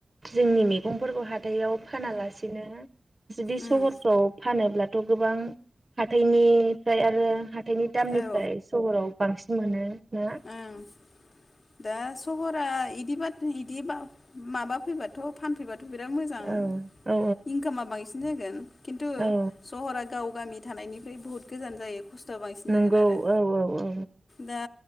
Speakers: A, on the right; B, on the left.
A: जोंनि मैगंफोरखौ हाथायाव फानालासिनो जुदि
B: उम
A: सहरफ्राव फानोब्ला गोबां हाथायनिफ्राय आरो <unintelligible> <unintelligible> दामनिफ्राय
B: औ
A: सहराव बांसिन मोनो ना?
B: ओं दा सहरा इदि- इदि माबा फैबाथ' फानफैबाथ' बिराद मोजां
A: औ औ
B: इनकामा बांसिन। बि जागोन खिन्थु
A: औ
B: सहरा गाव गामि थानायनिफ्राय बुहुत गोजान जायो। खस्थ'आ बांसिन
A: नंगौ
B: जागोन आरो।
A: औ औ औ
B: दा